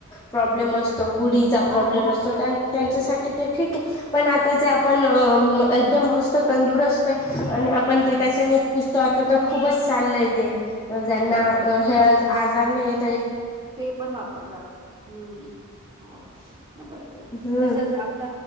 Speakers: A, on the left; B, on the right.
A: प्रॉब्लेम अस गुढीचा
B: हा
A: प्रोब्लेम
B: त्याच्यासाठी
A: असतो त्यांच्यासाठी
B: ठीक आहे.
A: ठीक पण आता
B: हम्म
A: जे आपण एकदम मस्त तंदुरस्त आणि आपण
B: हा
A: ते त्याच्याने पुसतो आता तर खूपच चाललंय ते अ ज्यांना
B: हो
A: हे आजार नाही येत
B: ते पण वापरतात हम्म हो बरोबर
A: हम्म
B: तसच आपल